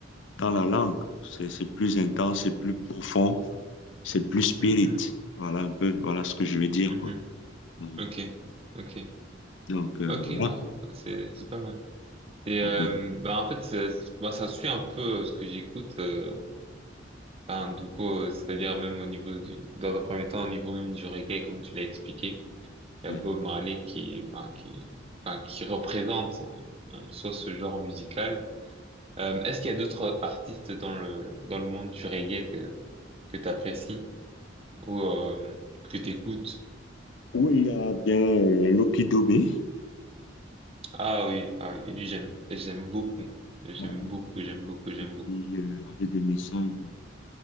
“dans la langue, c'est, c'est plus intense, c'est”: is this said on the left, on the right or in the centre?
Left